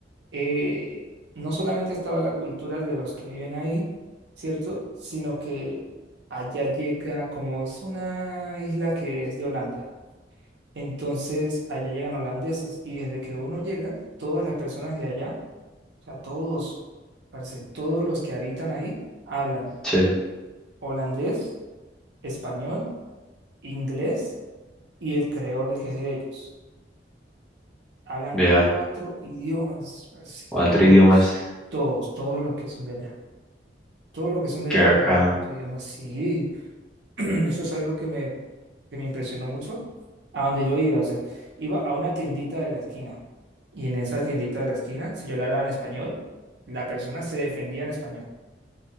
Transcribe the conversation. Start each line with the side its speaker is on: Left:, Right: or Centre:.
Right: eh, no solamente estaba la cultura de los que viven ahí, ¿cierto? Sino que allá llega, como es una isla que es de Holanda. Entonces, allá llegan holandeses y desde que uno llega, todas las personas de allá, o sea, todos, parece, todos los que habitan ahí, hablan
Centre: Sí.
Right: holandés, español, inglés y el creole que es de ellos. Hablan
Centre: Ya.
Right: cuatro idiomas, parce,
Centre: Cuatro
Right: todos,
Centre: idiomas
Right: todos, todos los que son de allá. Todos los que son de
Centre: que
Right: allá
Centre: acá.
Right: hablan cuatro idiomas, sí. <clears throat> Eso es algo que me, que me impresionó mucho. A donde yo iba, o sea, iba a una tiendita de la esquina. Y en esa tiendita de la esquina, si yo le hablaba en español, la persona se defendía en español.